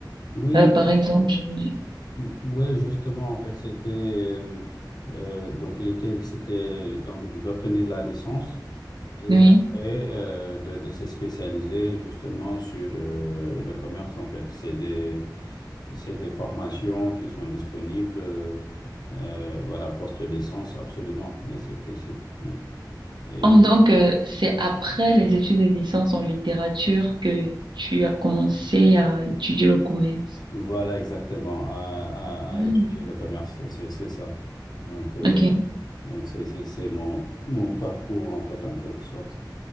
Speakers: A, on the left (about 60°); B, on the right (about 75°).
A: Oui,
B: Euh, par exemple, je veux dire.
A: oui, justement en fait c'était euh, donc l'été c'était donc d'obtenir la licence. Et
B: Oui.
A: après, euh, de, de se spécialiser justement sur euh, le commerce, en fait. C'est des, c'est des formations qui sont disponibles, euh, euh, voilà, post-licence, absolument, oui, c'est possible. oui. Et
B: En- Donc, euh, c'est après les études de licence en littérature que tu as commencé à étudier le commerce.
A: voilà, exactement, à,
B: Hmm.
A: à- à étudier le commerce, c'est c'est ça. Donc, euh,
B: Ok.
A: donc c'est c'est- c'est mon, mon parcours, en fait, en quelque sorte.